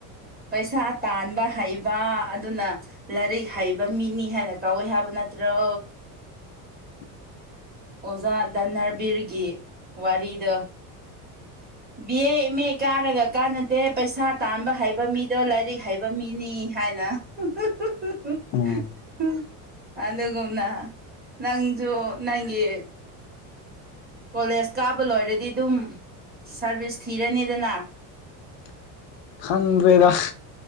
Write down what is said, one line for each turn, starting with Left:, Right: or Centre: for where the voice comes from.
Right: ꯄꯩꯁꯥ ꯇꯥꯟꯕ ꯍꯩꯕ ꯑꯗꯨꯅ ꯂꯥꯏꯔꯤꯛ ꯍꯩꯕ ꯃꯤꯅꯤ ꯍꯥꯏꯅ ꯀꯧꯋꯦ ꯍꯥꯏꯕ ꯅꯠ ꯇ꯭ꯔꯣ
Left: <inaudible>
Right: ꯑꯣꯖꯥ ꯙꯅ꯭ꯔꯕꯤꯔꯒꯤ ꯋꯥꯔꯤꯗꯣ ꯕꯤ ꯑꯦ ꯑꯦꯝ ꯑꯦ ꯀꯥꯔꯒ ꯀꯥꯟꯅꯗꯦ ꯄꯩꯁꯥ ꯇꯥꯟꯕ ꯍꯩꯕ ꯍꯩꯕ ꯃꯤꯗꯣ ꯂꯥꯏꯔꯤꯛ ꯍꯩꯕ ꯃꯤꯅꯤ ꯍꯥꯏꯅ <unintelligible>
Left: ꯎꯝ
Right: ꯑꯗꯨꯒꯨꯝꯅ ꯅꯪꯁꯨ ꯅꯪꯒꯤ ꯀꯣꯂꯦꯖ ꯀꯥꯕ ꯂꯣꯏꯔꯗꯤ ꯗꯨꯝ ꯁꯥꯔꯚꯤꯁ ꯊꯤꯔꯅꯤꯗꯅ
Left: <inaudible> ꯈꯪꯗ꯭ꯔꯦꯗ